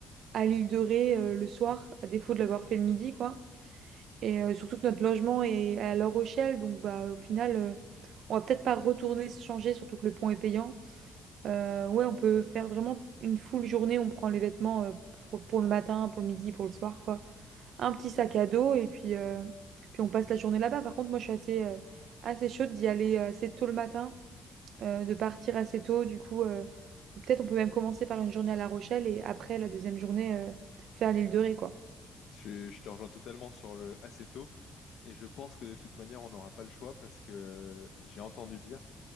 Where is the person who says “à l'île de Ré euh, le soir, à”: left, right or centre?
Right